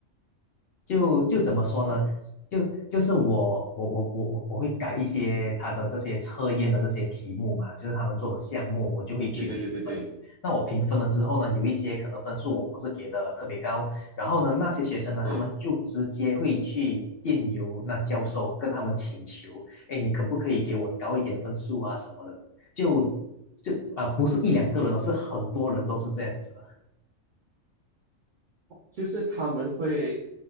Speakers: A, on the left (about 65°); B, on the right (about 70°).
A: 就就怎么说呢？
B: 怎么？
A: 就就是我我我我我我会改一些他的这些测验的这些题目嘛，就是他们做的项目，我就会去评分。
B: 对对对对对
A: 那我评分了之后呢，有一些可能分数我不是给的特别高，然后呢，那些学生呢，
B: 对，
A: 他们就直接会去电邮那教授，跟他们请求，哎，你可不可以给我高一点分数啊什么的？就就啊、不是一两个人哦，是很多人都是这样子的。
B: 就是他们会